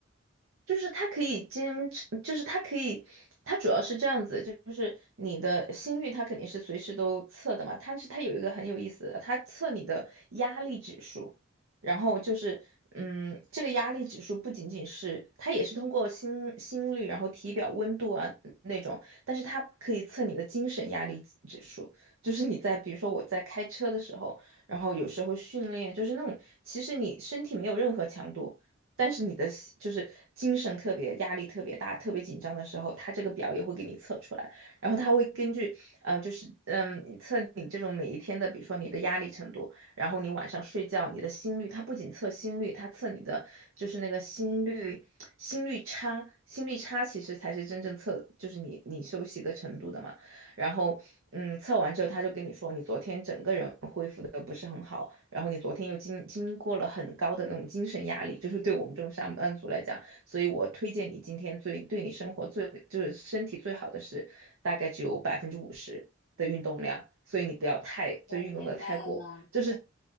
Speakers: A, on the right; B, on the left.
A: 就是它可以坚持，就是它可以，它主要是这样子，就就是你的心率，它肯定是随时都测的嘛。但是它有一个很有意思的，它测你的压力指数，然后就是，嗯，这个压力指数不仅仅是，它也是通过心心率，然后体表温度啊那种，但是它可以测你的精神压力指指数，就是你在比如说我在开车的时候，然后有时候训练，就是那种其实你身体没有任何强度。但是你的心就是精神特别压力特别大、特别紧张的时候，他这个表也会给你测出来，然后他会根据呃，就是嗯，你测你这种每一天的，比如说你的压力程度，然后你晚上睡觉你的心率，它不仅测心率，它测你的就是那个心率心率差，心率差其实才是真正测就是你你休息的程度的嘛。然后，嗯，测完之后他就跟你说，你昨天整个人恢复的不是很好，然后你昨天又经经过了很高的那种精神压力，就是对我们这种上班族来讲，所以我推荐你今天最对你生活最就是身体最好的是，大概只有百分之五十的运动量，所以你不要太就运动的太过，
B: 我明白了，
A: 就是，